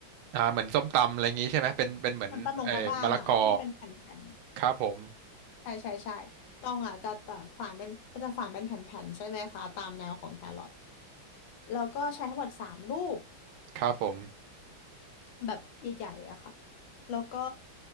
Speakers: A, on the right; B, on the left.
A: อ่าเหมือนส้มตำอะไรอย่างงี้ใช่ไหมเป็นเป็นเหมือนเอ่อมะละกอ
B: มันตำหลงพระบ้างอ่ะที่มันเป็นแผ่น
A: ครับผม
B: ๆใช่ใช่ใช่ตองอ่ะจะตัดฝานเป็นจะฝานเป็นแผ่นๆใช่ไหมคะตามแนวของแครอทแล้วก็ใช้ทั้งหมดสามลูก
A: ครับผม
B: แบบใหญ่ๆอะค่ะแล้วก็